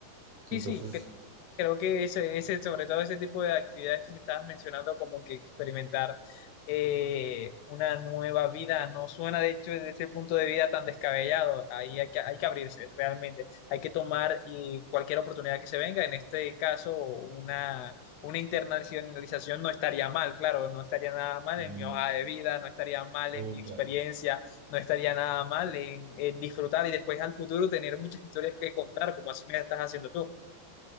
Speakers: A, on the left; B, on the right.
A: Sí,
B: Entonces,
A: sí, que- creo que ese, ese, sobre todo ese tipo de actividades que me estabas mencionando, como que experimentar eh, una nueva vida, no suena de hecho desde ese punto de vida tan descabellado. Ahí hay que, hay que abrirse, realmente. Hay que tomar y cualquier oportunidad que se venga. En este caso, una, una internacionalización no estaría mal, claro, no estaría nada mal
B: Sí,
A: en mi hoja de vida, no estaría mal
B: oh,
A: en mi experiencia,
B: claro,
A: no estaría nada mal en, en disfrutar y después al futuro tener muchas historias que contar, como así me estás haciendo tú.